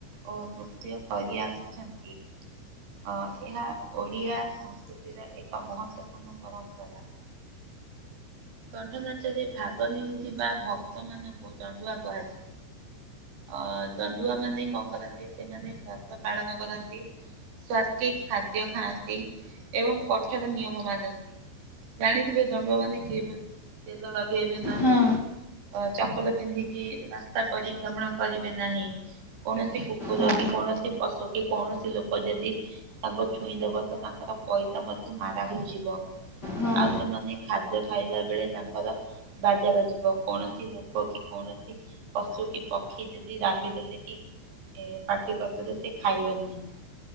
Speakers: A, on the right; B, on the left.
A: ଓ ନୃତ୍ୟ କରି ଆସୁଛନ୍ତି। ଅ ଏହା ଓଡ଼ିଆ ସଂସ୍କୃତିର ଏକ ମହତ୍ତପୂର୍ଣ୍ଣ ପରମ୍ପରା। ଦଣ୍ଡ ନାଚରେ ଭାଗ ନେଉଥିବା ଭକ୍ତମାନଙ୍କୁ ଦଣ୍ଡୁଆ କୁହାଯାଏ। ଅ ଦଣ୍ଡୁଆ ମାନେ କଣ କରନ୍ତି, ସେମାନେ ବ୍ରତ ପାଳନ କରନ୍ତି। ସ୍ଵାତି ଖାଦ୍ୟ ଖାଆନ୍ତି ଏବଂ କଠର ନିୟମ ମାନନ୍ତି। ଜାଣିଥିବେ ଦଣ୍ଡୁଆ ମାନ କେବେ ତେଲ ଲଗେଇବେ ନାହିଁ।
B: ହଁ
A: ଚପଲ ପିନ୍ଧିକି ରାସ୍ତା ପରିକ୍ରମଣ କରିବେ ନାହିଁ। କୌଣସି କୁକୁର
B: ହଁ
A: କି କୌଣସି ପଶୁ କି କୌଣସି ଲୋକ ଯଦି ତାଙ୍କୁ ଛୁଇଁଦବ ତ ତାଙ୍କର ପଇସ ମଧ୍ୟ ମାରା ହେଇଯିବ
B: ହଁ
A: ଆଉ ସେମାନେ ଖାଦ୍ୟ ଖାଦ୍ୟ ଖାଇଲା ବେଳେ ତାଙ୍କର ବାଜା ବାଜିବ କୌଣସି ଲୋକ କି କୌଣସି ପଶୁ କି ପକ୍ଷୀ ଯଦି ରାବିଦଲେ କି ଏ ପାଟି କରିଦେଲେ ସେ ଖାଇବେ ନାହିଁ।